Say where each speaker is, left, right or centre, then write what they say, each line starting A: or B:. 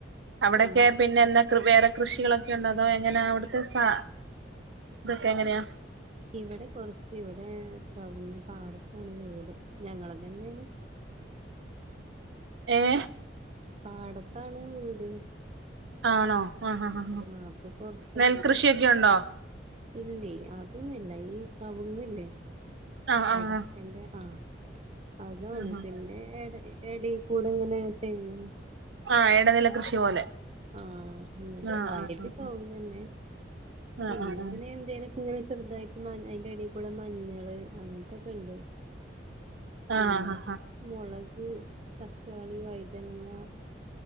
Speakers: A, on the right; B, on the right.
A: അവിടൊക്കെ
B: പിന്നെന്തൊക്കെ
A: പിന്നെ എന്താ കൃ വേറെ കൃഷികളൊക്കെ ഉണ്ടോ അതോ എങ്ങനാ അവിടുത്തെ സ ഇതൊക്കെ എങ്ങനെയാ
B: ഇവിടെ പൊറത്ത് ഇവിടെ കവുങ്ങ് പാടത്താണ് വീട് ഞങ്ങളതന്നേണ്
A: ഏഹ്
B: പാടത്താണ് വീട്
A: ആണോ ആഹ് ആഹ് ആഹ്
B: ആഹ് അപ്പൊ പുറത്തെങ്ങനെ
A: നെൽകൃഷിയൊക്കെ ഉണ്ടോ
B: ഇല്ലേ അതൊന്നില്ല ഈ കവുങ്ങില്ലേ
A: ആഹ് ആഹ്
B: അടക് എന്റെ ആഹ് അതാണ്
A: ആഹ്
B: പിന്നെ എട എടെ കൂടെ ഇങ്ങനെ തെങ്ങും
A: ആഹ് ഇടനില കൃഷി പോലെ
B: ആഹ് അങ്ങനെ
A: ആഹ്
B: കാര്യത്തിക്കാവന്നെ
A: ആഹ്
B: പിന്നെ
A: ആഹ് ആഹ്
B: ഇങ്ങനെ
A: ആഹ്
B: എന്തേലൊക്കെ ഇങ്ങനെ ചെറുതായിട്ട് മ അയിന്റെ അടിൽ കൂടെ മഞ്ഞള് അങ്ങനത്തൊക്കെ ഉണ്ട് പിന്നെ
A: ആഹ് ആഹ് ആഹ് ആഹ്
B: മുളക് തക്കാളി വഴുതനങ്ങ